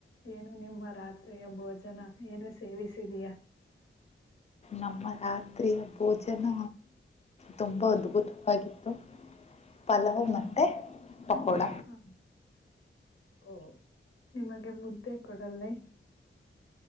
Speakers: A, on the left (about 75°); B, on the left (about 30°).
A: ಏನು ನಿಮ್ಮ ರಾತ್ರಿಯ ಭೋಜನ ಏನು ಸೇವಿಸಿದಯಾ.
B: ನಮ್ಮ ರಾತ್ರಿಯ ಭೋಜನ ತುಂಬಾ ಅದ್ಭುತವಾಗಿತ್ತು. ಪಲವು ಮತ್ತೆ ಪಕೋಡ.
A: ಹ, ಓ ನಿಮಗೆ ಮುದ್ದೆ ಕೊಡಲ್ಲೆ.